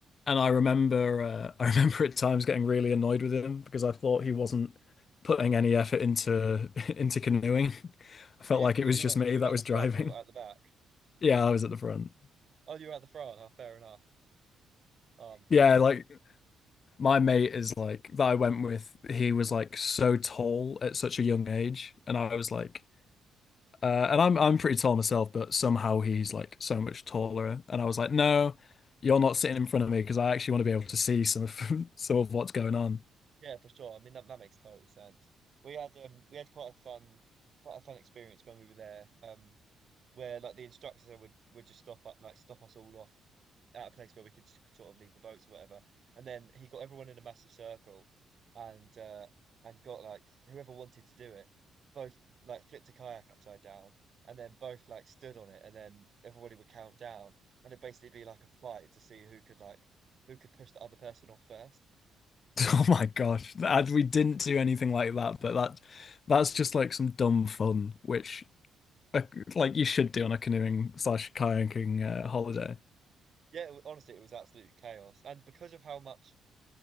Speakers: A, on the left; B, on the right.
A: and I remember uh, <laughs> I remember at times getting really annoyed with him because I thought he wasn't putting any effort into <laughs> into canoeing. I felt
B: Were you
A: like it
B: were
A: was
B: you
A: just
B: at,
A: me
B: were you
A: that
B: at
A: was
B: the front
A: driving.
B: or at
A: <laughs>
B: the back?
A: Yeah, I was at the front.
B: Oh, you were at the front. Oh, fair enough. Um,
A: Yeah,
B: that's
A: like My mate is like that I went with, he was like so tall at such a young age. And I was like, uh, and I'm I'm pretty tall myself, but somehow he's like so much taller. And I was like, no, you're not sitting in front of me because I actually want to be able to see some of <laughs> some of what's going on. <laughs>
B: Yeah, for sure. I mean that that makes total sense. We had um we had quite a fun quite a fun experience when we were there. Um where like the instructors would would just stop up like stop us all off at a place where we could just sort of leave the boats or whatever. And then he got everyone in a massive circle and uh and got like whoever wanted to do it, both like flipped a kayak upside down and then both like stood on it and then everybody would count down and it'd basically be like a fight to see who could like who could push the other person off first.
A: Oh my gosh. And we didn't do anything like that, but that that's just like some dumb fun, which uh, like you should do on a canoeing slash kayaking uh, holiday.
B: Yeah, it wa- honestly, it was absolute chaos. And because of how much,